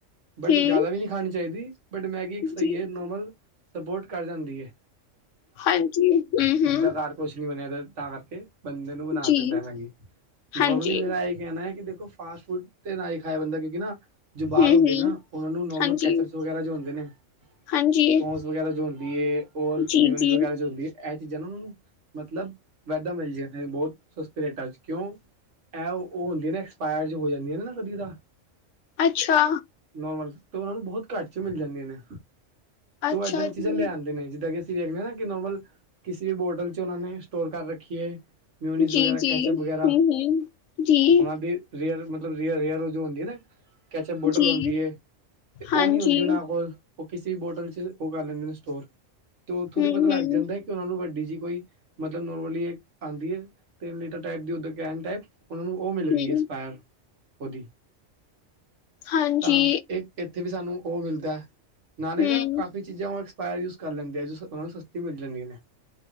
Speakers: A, on the right; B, on the left.
A: ਬਟ
B: ਹੂੰ,
A: ਜ਼ਿਆਦਾ ਵੀ ਨਹੀਂ ਖਾਣੀ ਚਾਈਦੀ ਬਟ ਮੈਗੀ ਇੱਕ ਸਹੀ
B: ਜੀ।
A: ਹੈ ਨੋਰਮਲ ਸਪੋਰਟ ਕਰ ਜਾਂਦੀ ਐ।
B: ਹਾਂਜੀ ਹੂੰ-ਹੂੰ,
A: ਜਿੱਦਾਂ ਘਰ ਕੁਛ ਨੀ ਬਣਿਆ ਤਾਂ ਕਰਕੇ ਬੰਦੇ ਨੂੰ ਬਣਾ
B: ਜੀ,
A: ਸਕਦਾ ਮੈਂਗੀ ਨੌਰਮਲੀ
B: ਹਾਂਜੀ,
A: ਮੇਰਾ ਏ ਕੈਣਾ ਹੈ ਕਿ ਦੇਖੋ ਫਾਸਟ ਫੂਡ ਤੇ ਨਾ ਹੀ ਖਾਏ ਬੰਦਾ ਕਿਉਂਕਿ ਨਾ ਜੋ ਬਾਰ
B: ਹੂੰ-ਹੂੰ,
A: ਹੁੰਦੇ ਨੇ ਨਾ ਉਹਨਾਂ ਨੂੰ ਨੋਰਮਲ
B: ਹਾਂਜੀ।
A: ਕੈਚਪ ਵਗੈਰਾ ਜੋ ਹੁੰਦੇ ਨੇ
B: ਹਾਂਜੀ,
A: ਸੌਂਸ ਵਗੈਰਾ ਜੋ ਹੁੰਦੀ ਏ ਓਰ
B: ਜੀ-ਜੀ,
A: ਮਿਓਨੀਜ ਵਗੈਰਾ ਇਹ ਚੀਜ਼ਾਂ ਨਾ ਉਹਨਾਂ ਨੂੰ, ਮਤਲਬ ਵੈਧਾ ਮਿਲ ਜਾਂਦਾ ਏ, ਬਹੁਤ ਸਸਤੇ ਰੇਟਾਂ ਚ ਕਿਉਂ, ਐ ਉਹ ਹੁੰਦੀ ਨਾ, ਐਕਸਪਾਇਰ ਚ ਹੋ ਜਾਂਦੀ, ਹੈ ਨਾ ਕਦੀ ਤਾਂ
B: ਅੱਛਾ।
A: ਨੋਰਮਲ ਤੇ, ਉਹਨਾਂ ਨੂੰ ਬਹੁਤ ਘੱਟ ਚ ਮਿਲ ਜਾਂਦੀਆ ਨੇ ਤੋਂ
B: ਅੱਛਾ
A: ਉਹ ਇੱਦਾਂ ਦੀ
B: ਜੀ।
A: ਚੀਜ਼ਾਂ ਲਿਆ ਆਦੇ ਨੇ ਜਿੱਦਾਂ ਕਿ, ਅਸੀਂ ਵੇਖਦੇ ਹ ਨਾ ਕਿ ਨੋਰਮਲ ਕਿਸੇ ਵੀ ਮੋਂਡਲ ਚ ਨਾਨੀ ਉਹਨਾਂ ਨੇ ਸਟੋਰ ਕਰ ਰੱਖੀ ਹੈ ਮਿਊਨੀਜ਼
B: ਜੀ-ਜੀ,
A: ਵਗੈਰਾ, ਕੈਚਅਪ ਵਗੈਰਾ,
B: ਹੂੰ-ਹੂੰ, ਜੀ,
A: ਉਹਨਾਂ ਵੀ ਰੇਅਰ ਮਤਲਬ, ਰੇਅਰ -ਰੇਅਰ ਉਹ ਜੋ ਹੁੰਦੀ ਹੈ ਨਾ ਕੈਚਅਪ ਬੋਟਲ
B: ਜੀ,
A: ਹੁੰਦੀ ਏ, ਤੇ
B: ਹਾਂਜੀ।
A: ਉਹ ਨਹੀਂ ਹੁੰਦੀ ਉਹਨਾਂ ਕੋਲ ਉਹ, ਕਿਸੇ ਵੀ ਬੋਟਲ ਚ ਉਹ ਕਰ ਲੈਂਦੇ ਨੇ ਸਟੋਰ, ਤੇ ਉੱਥੋ
B: ਹੂੰ-ਹੂੰ,
A: ਦੀ ਪਤਾ ਲੱਗ ਜਾਂਦਾ ਉਹਨਾਂ ਨੂੰ ਵੱਡੀ ਜਿਹੀ ਕੋਈ ਮਤਲਬ, ਨੋਰਮਲੀ ਆਂਦੀ ਹੈ ਤਿੰਨ ਲੀਟਰ ਟਾਇਪ ਦੀ, ਉਧਰ ਕੈਨ ਟਾਇਪ ਉਹਨਾਂ ਨੂੰ, ਉਹ ਮਿਲ ਗਈ
B: ਹੂੰ, ਹੂੰ
A: ਐਸਪਾਇਰ, ਉਹਦੀ
B: ਹਾਂਜੀ,
A: ਤਾਂ ਇੱ ਇੱਥੇ ਵੀ, ਸਾਨੂੰ ਉਹ ਮਿਲਦਾ ਨਾਲੇ
B: ਹੂੰ।
A: ਨਾ ਕਈ ਚੀਜ਼ਾਂ, ਉਹ ਐਕਸਪਾਇਰ ਯੂਜ ਕਰ ਲੈਂਦੇ ਆ, ਜੋ ਉਹਨਾਂ ਨੂੰ ਸਸਤੀ ਮਿਲ ਜਾਂਦੀਆਂ ਨੇ